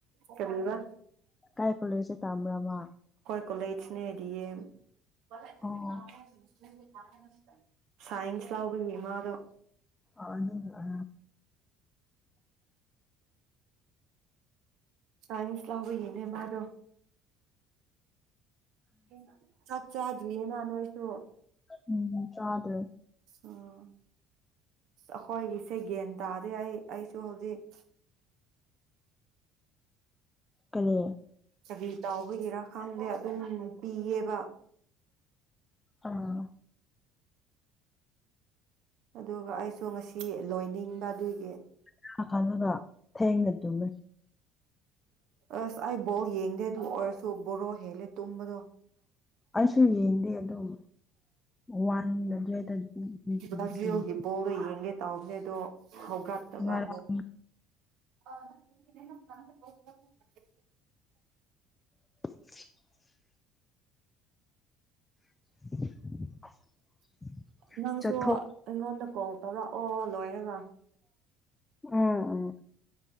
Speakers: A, on the right (about 55°); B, on the left (about 20°).
A: ꯀꯔꯤꯕ꯫
B: ꯀꯥꯏ ꯀꯣꯂꯦꯁꯇ ꯇꯝꯕꯔ ꯃꯥ
A: ꯀꯣꯂꯦꯖꯅ ꯗꯤ ꯌꯦꯝ <unintelligible>
B: ꯑꯣ
A: ꯁꯥꯏꯟꯁ ꯂꯥꯎꯕꯒꯤ ꯃꯥꯗꯣ
B: ꯑꯗꯨ ꯑ
A: ꯁꯥꯏꯟꯁ ꯂꯧꯕꯒꯤꯅꯦ ꯃꯥꯗꯣ ꯎ ꯆꯠ ꯆꯥꯗ꯭ꯔꯤꯌꯦꯅ ꯅꯣꯏꯁꯨ
B: ꯎꯝ ꯆꯥꯗ꯭ꯔꯦ
A: ꯎꯝ ꯑꯈꯣꯏꯒꯤꯁꯦ ꯒ꯭ꯌꯥꯟ ꯇꯥꯗꯤ ꯑꯩ ꯑꯩꯁꯨ ꯍꯧꯖꯤꯛ
B: ꯀꯔꯤ
A: ꯀꯔꯤ ꯇꯥꯎꯕꯒꯤꯔꯥ ꯈꯪꯗꯦ ꯑꯗꯨꯝ ꯄꯤꯌꯦꯕ
B: ꯑꯥ
A: ꯑꯗꯨꯒ ꯑꯩꯁꯨ ꯉꯁꯤ ꯁꯤ ꯂꯣꯏꯅꯤꯡꯕ ꯑꯗꯨꯒꯤ
B: <unintelligible> ꯊꯦꯡꯠꯇꯃꯦ
A: ꯑꯁ ꯑꯩ ꯕꯣꯔꯣꯛ ꯌꯦꯡꯗꯦ ꯑꯗꯨ ꯑꯣꯏꯔꯁꯨ ꯕꯣꯔꯣ ꯍꯦꯜꯂꯦ ꯇꯨꯝꯕꯗꯣ
B: ꯑꯩꯁꯨ ꯌꯦꯡꯗꯦ ꯑꯗꯨꯝ ꯋꯥꯟ ꯑꯗꯨꯋꯥꯏꯗ <unintelligible>
A: ꯕ꯭ꯔꯥꯖꯤꯜꯒꯤ ꯕꯣꯜꯗꯣ ꯌꯦꯡꯒꯦ ꯇꯧꯕꯅꯦ ꯑꯗꯣ ꯍꯧꯒꯠꯇꯕ
B: ꯉꯔꯥꯡ
A: ꯑꯃꯨꯛ <unintelligible>
B: <inaudible> <inaudible>
A: ꯅꯪꯁꯨ
B: ꯆꯠꯊꯣꯛ
A: ꯑꯩꯉꯣꯟꯗ ꯀꯣ ꯇꯧꯔꯛ ꯑꯣ ꯂꯣꯏꯔꯒ
B: ꯎꯝ ꯎꯝ